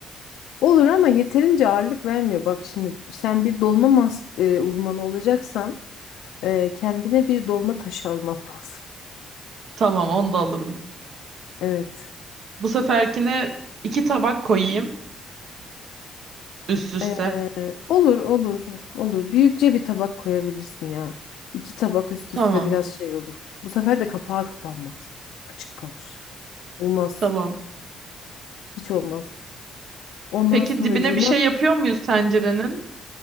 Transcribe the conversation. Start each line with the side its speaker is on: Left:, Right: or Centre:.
Left: olur ama yeterince ağırlık vermiyor. Bak şimdi sen bir dolma mas eee, uzmanı olacaksan eee, kendine bir dolma taşı alman <laughs> lazım.
Right: Tamam, onu da alırım.
Left: Evet.
Right: Bu seferkine iki tabak koyayım üst üste.
Left: Eee, olur olur olur. Büyükçe bir tabak koyabilirsin ya. İki tabak üst
Right: Tamam,
Left: üste biraz şey olur. Bu sefer de kapağı kapanmaz. Açık kalır. Olmaz.
Right: tamam.
Left: Hiç olmaz. Ondan
Right: Peki
Left: sonracığıma
Right: dibine bir şey yapıyor muyuz tencerenin?